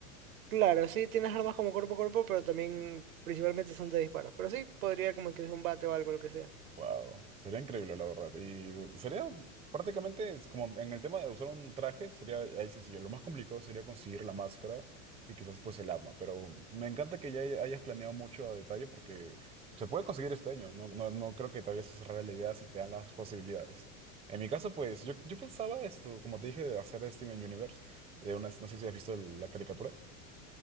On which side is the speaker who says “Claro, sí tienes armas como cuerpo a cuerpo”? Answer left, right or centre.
Right